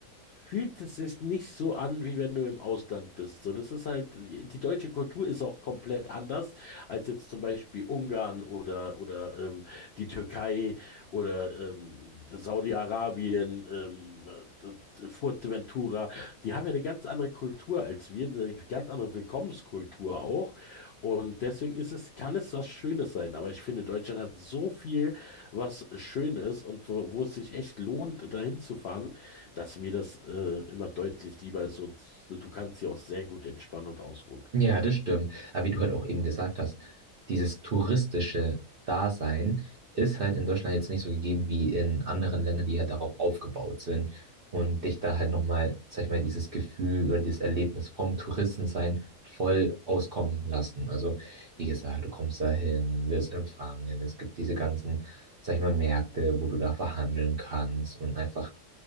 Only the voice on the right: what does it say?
Ja, das stimmt. Aber wie du halt auch eben gesagt hast, dieses touristische Dasein ist halt in Deutschland jetzt nicht so gegeben wie in anderen Ländern, die halt darauf aufgebaut sind und dich da halt nochmal, sag ich mal, dieses Gefühl oder dieses Erlebnis vom Touristensein voll auskommen lassen. Also, wie gesagt, du kommst da hin, wirst empfangen, es gibt diese ganzen, sag ich mal, Märkte, wo du da verhandeln kannst und einfach